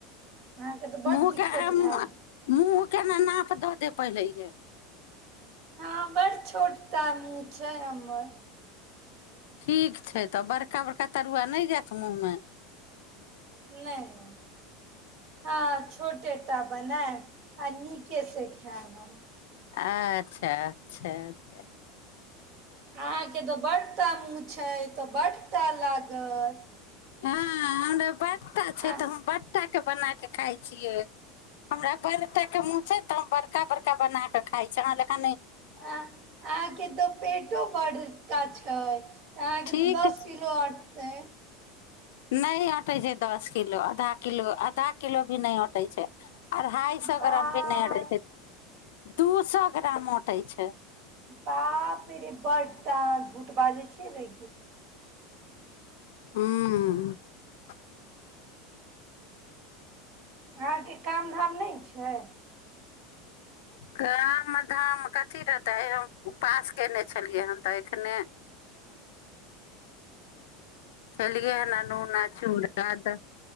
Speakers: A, on the right; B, on the left.
A: अहाँके तऽ बड्ड
B: मुँह
A: दिक्कत
B: एम
A: भएत
B: महूँके न नाप द ते पहिलेेह
A: हँ बड़ छोटता मुँ छै हमर
B: ठीक छै तऽ बड़का बड़का तरुआ नहि जायत मूँहमे
A: नहि नहि हँ छोटे टा बनायनब आइ नीके से खायब हम
B: अच्छा अच्छा अच्छा
A: अहाँके तऽ बड ता मूँह छै तऽ बड ता लागत
B: हँ हमउप बटा छै
A: आ
B: तऽ बाके बना के खााय छियै हमरा बड़े के मुँह छै ने तऽ हम बड़का बड़का बना के खााय छी अह लख
A: आ अहाँके तऽ पेटो बड़का छै अहाँके
B: ठीक
A: तऽ दस किलो आटतै
B: नहि अटै छै दस किलो आधा किलो आधा किलो भी नहि अटै छै अढ़ाइ
A: बा
B: सए ग्राम भी नहि हटै छै दू सए ग्राम अऔटै छै
A: बाप रे बड त धूठ बाजै छ रै
B: हँ <inaudible>
A: अहाँके काम धाम नहि छै
B: गाम धाम कथी रहतै उपास कयने छलियै हन तऽ एखने खेलि न नूह न चूड़